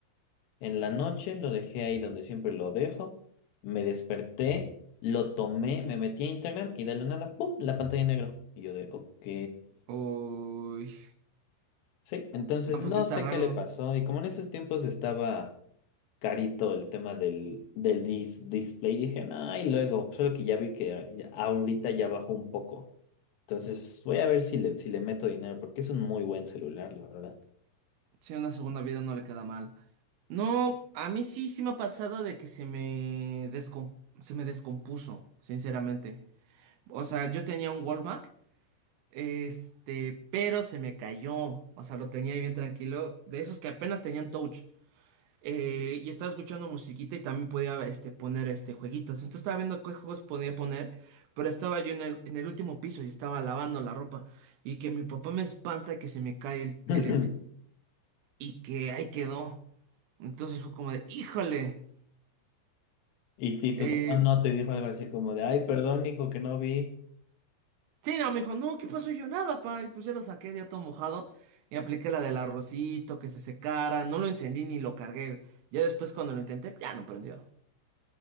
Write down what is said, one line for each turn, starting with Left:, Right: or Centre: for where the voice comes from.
Left: En la noche lo dejé ahí donde siempre lo dejo. Me desperté, lo tomé, me metí a Instagram y de la nada, ¡pum! la pantalla en negro. Y yo de, ok.
Right: Uy.
Left: Sí, entonces
Right: No, pues
Left: no
Right: sí está
Left: sé
Right: raro.
Left: qué le pasó. Y como en esos tiempos estaba carito el tema del, del dis- display, dije, nah, y luego, solo que ya vi que a- ya- ahorita ya bajó un poco. Entonces voy a ver si le, si le meto dinero, porque es un muy buen celular, la verdad.
Right: Si una segunda vida no le queda mal. No, a mí sí, sí me ha pasado de que se me, descom- se me descompuso, sinceramente. O sea, yo tenía un Wallback, este, pero se me cayó. O sea, lo tenía ahí bien tranquilo, de esos que apenas tenían touch. Eh, y estaba escuchando musiquita y también podía este, poner este, jueguitos. Entonces estaba viendo qué juegos podía poner, pero estaba yo en el, en el último piso y estaba lavando la ropa. Y que mi papá me espanta que se me cae el,
Left: <laughs>
Right: el y que ahí quedó. Entonces fue como de, híjole.
Left: Y, ti
Right: Eh,
Left: tu papá no te dijo algo así como de, ay, perdón, hijo, que no vi.
Right: sí, no, me dijo, no, ¿qué pasó? Y yo nada, pa. Y pues ya lo saqué, ya todo mojado. Y apliqué la del arrocito, que se secara. No lo encendí ni lo cargué. Ya después cuando lo intenté, ya no prendió.